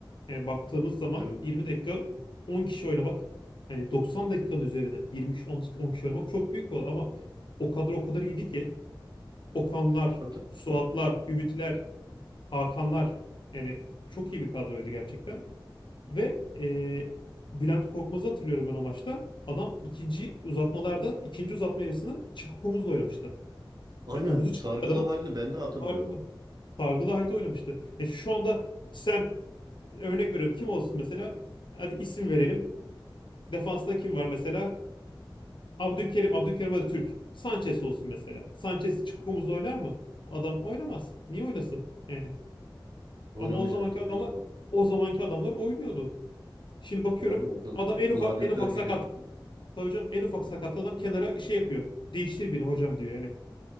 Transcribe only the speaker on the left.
Yani baktığımız zaman
20 dakika 10 kişi oynamak hani 90 dakikanın üzerine 20 kişi 10, kişi- 10 kişi oynamak çok büyük bir olay ama o kadro o kadar iyiydi ki Okanlar,
Suatlar, Ümitler, Hakanlar yani çok iyi bir kadroydu gerçekten. Ve e, Bülent Korkmaz'ı hatırlıyorum ben o maçta. Adam ikinci uzatmalarda, ikinci uzatma yarısına çıkık omuzla oynamıştı.
Yani omuzu
çıkmış adamın
targılı, targılı halde oynamıştı. Yani şu anda sen örnek veriyorum kim olsun mesela? Hadi isim verelim. Defansta kim var mesela? Abdülkerim,
Abdülkerim
hadi Türk. Sanchez olsun mesela. Sanchez çıkık omuzla oynar mı? Adam oynamaz. Niye oynasın? Yani
ama o zamanki adamlar
o zamanki adamlar oynuyordu. Şimdi bakıyorum
adam en ufak
en ufak
sakatlıkta
hocam en ufak sakatlıkta adam kenara şey yapıyor. Değiştir beni hocam diyor yani.